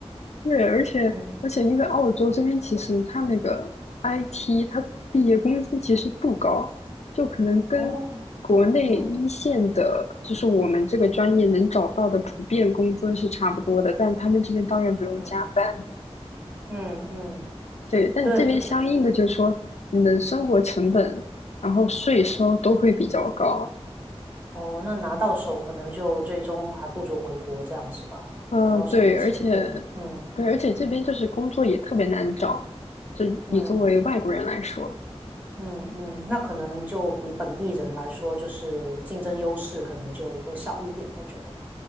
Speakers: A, on the left (about 85°); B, on the right (about 20°).
A: 对，而且而且因为澳洲这边其实它那个
B: 嗯，
A: IT，它毕业工资其实不高，就可能跟国内一线的，
B: 哦，嗯
A: 就是我们这个专业能找到的普遍工资是差不多的，但他们这边当然不用加班，
B: 嗯嗯嗯，
A: 对，但这边相应的就是说你的生活成本，
B: 对对对，
A: 然后税收都会比较高，
B: 哦，那拿到手可能就最终还不如回国这样是吧？
A: 嗯，
B: 拿到手的钱，
A: 对，而且
B: 对，嗯
A: 对，而且这边就是工作也特别难找，就你作为外国人来说。
B: 嗯。嗯嗯，那可能就比本地人来说，就是竞争优势可能就会少一点，我觉得，